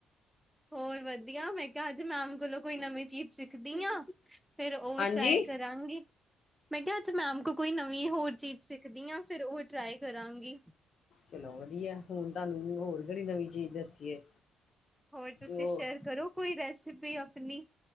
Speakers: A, in the centre; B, on the left (about 55°).
A: ਹੋਰ ਵਧੀਆ, ਮੈਂ ਕਿਹਾ ਅੱਜ ਮੈਮ ਕੋਲੋਂ ਕੋਈ ਨਵੀਂ ਚੀਜ਼ ਸਿੱਖਦੀ ਆ। ਫਿਰ ਓ
B: ਹਾਂਜੀ
A: ਟਰਾਈ ਕਰਾਂਗੀ। ਮੈਂ ਕਿਹਾ ਅੱਜ ਮੈਮ ਕੋ ਕੋਈ ਨਵੀਂ ਹੋਰ ਚੀਜ਼ ਸਿੱਖਦੀ ਆ, ਫਿਰ ਉਹ ਟਰਾਈ ਕਰਾਂਗੀ।
B: ਚਲੋ ਵਧੀਆ, ਹੁਣ ਤੁਹਾਨੂੰ ਹੋਰ ਕਿਹੜੀ ਨਵੀਂ ਚੀਜ਼ ਦੱਸੀਏ।
A: ਹੋਰ ਤੁਸੀਂ
B: ਉਹ
A: ਸ਼ੇਅਰ ਕਰੋ ਕੋਈ ਰੈਸਪੀ ਆਪਣੀ‌।